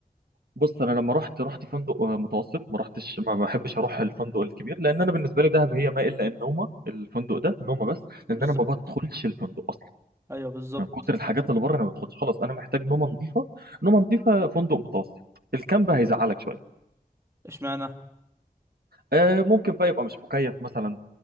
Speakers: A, on the right (about 85°); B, on the right (about 15°).
A: بص انا لما رحت رحت فندق آه، متوسط ما رحتش ما بحبش اروح الفندق الكبير لان انا بالنسبه لي دهب هي ما الا النومه الفندق ده نومه بس لان
B: بالظبط
A: انا ما بدخلش الفندق اصلا
B: ايوه بالظبط
A: من كتر الحاجات اللي بره انا ما بدخلش خلاص انا محتاج نومه نظيفه نومه نظيفه فندق متوسط الكامب هيزعلك شويه
B: اشمعنى
A: آه ممكن بقى يبقى مش مكيف مثلا